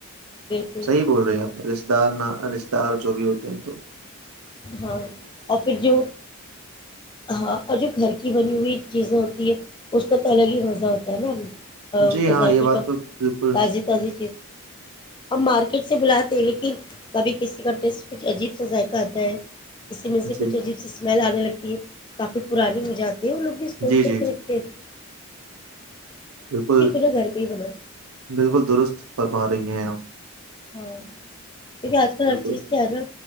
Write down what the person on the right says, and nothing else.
صحیح بول رہے ہیں آپ رشتے دار رشتے دار جو بھی ہو تھینک یو
ہے۔
جی
ہاں
یہ بات
تو بالکل
جی
جی
جی
جی
بالکل
بالکل درست فرما رہی ہیں آپ
بالکل